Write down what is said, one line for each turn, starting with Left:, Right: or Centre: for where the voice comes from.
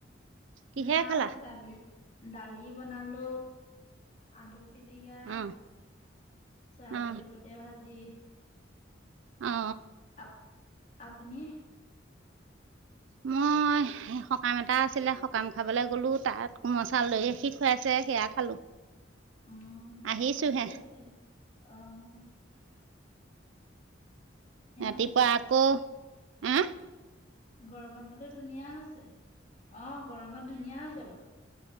Right: কিহে
Left: ভাত
Right: খালা
Left: দালি দালি বনালো আলু পিটিকা। পিটিকা
Right: অ
Left: চাহ
Right: অ
Left: পিধে পোটে ভাজি।
Right: অ
Left: আ আপুনি।
Right: মই। সকাম এটা আছিলে সকাম খাবলৈ গলো তাত কোমল চাউল দৈ সি খুৱাইছে সেয়া খালো।
Left: অহ
Right: আহিছোহে
Left: ভালেই আছে অহ।
Right: ৰাতিপা
Left: হৈছে
Right: আকৌ ওহু।
Left: গৰমত বোলো ধুনীয়া হৈছে অ গৰমত ধুনীয়া হৈছে বোলো।